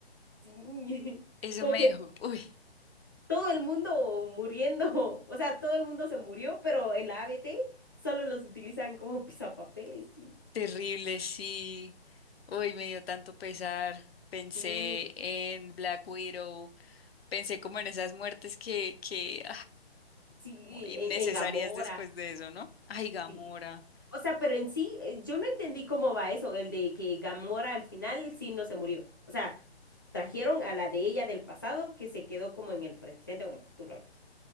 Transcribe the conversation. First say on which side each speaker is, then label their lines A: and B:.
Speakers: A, on the left; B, on the left.
A: Sí.
B: eso
A: <laughs> Como
B: me
A: que
B: dejó, uy,
A: todo el mundo muriendo. O sea, todo el mundo se murió, pero en la ABT solo los utilizan como pisapapeles, sí.
B: terrible, sí, uy, me dio tanto pesar, pensé
A: Mm,
B: en Black Widow, pensé como en esas muertes que, que,
A: sí,
B: Muy innecesarias
A: en, en Gamora.
B: después de eso, ¿no? Ay, Gamora.
A: sí. O sea, pero en sí, eh, yo no entendí cómo va eso, el de que Gamora al final sí no se murió. O sea, trajeron a la de ella del pasado que se quedó como en el presente o en el futuro. algo así.